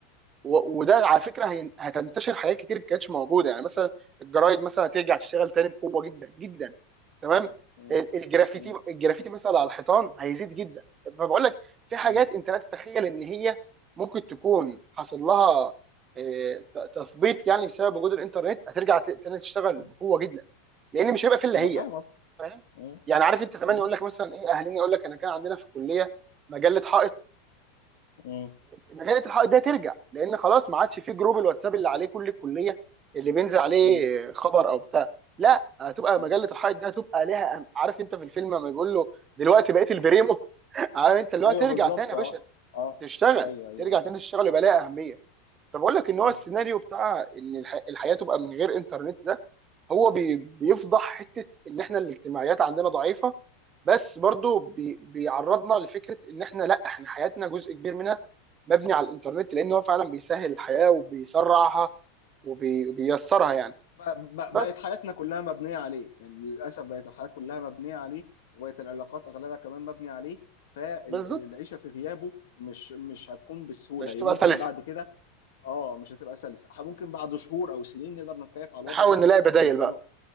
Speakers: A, on the right; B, on the left.
A: و-
B: م-
A: وده على فكره هين- هتنتشر حاجات كتير ما كانتش موجوده يعني مثلا الجرايد
B: م-
A: مثلا هترجع تشتغل تاني بقوه جدا جدا تمام
B: م- م-
A: ال- الجرافيتي
B: م-
A: الجرافيتي مثلا على الحيطان هيزيد جدا فبقول لك في حاجات
B: م-
A: انت لا تتخيل ان هي ممكن تكون حصل لها آه، ت- تثبيط يعني بسبب وجود الانترنت هترجع ت- تاني تشتغل
B: م.
A: بقوه جدا لان مش هيبقى في الا
B: انا
A: هي
B: فاهم اصلا
A: فاهم
B: م-
A: يعني عارف انت زمان
B: م-
A: يقول لك مثلا ايه اهلنا يقول لك انا كان عندنا في الكليه مجله حائط
B: م-
A: مجله الحائط ده ترجع لان خلاص ما عادش في جروب الواتساب اللي عليه كل الكليه اللي بينزل عليه
B: م-
A: خبر او بتاع لا هتبقى
B: م.
A: مجله الحائط ده هتبقى ليها أم- عارف انت في الفيلم لما بيقول له دلوقتي بقيت البريمو <laughs> عارف انت اللي
B: ايوه
A: هو ترجع
B: بالظبط
A: تاني يا
B: اه
A: باشا
B: اه
A: تشتغل
B: ايوه ايوه
A: ترجع تاني تشتغل يبقى
B: م-
A: ليها اهميه فبقول لك ان
B: م.
A: هو السيناريو بتاع ان الح- الحياه تبقى من غير انترنت ده هو بي- بيفضح حته ان احنا الاجتماعيات عندنا ضعيفه بس برضو بي بيعرضنا لفكره ان احنا لا احنا حياتنا جزء كبير منها مبني على الانترنت لان هو فعلا بيسهل الحياه وبيسرعها وبي- وبييسرها يعني
B: ب- ب-
A: بس
B: بقت حياتنا كلها مبنيه عليه يعني للاسف بقت الحياه كلها مبنيه عليه وبقت العلاقات اغلبها كمان مبنيه عليه فالعيشه
A: بالظبط
B: في غيابه مش مش هتكون بالسهوله
A: مش
B: هي
A: تبقى
B: ممكن
A: سلسه
B: بعد كده اه مش هتبقى سلسه ح- ممكن بعد شهور او سنين نقدر نتكيف على الوضع
A: نحاول
B: ده
A: نلاقي بدايل
B: زي ما كانوا
A: بقى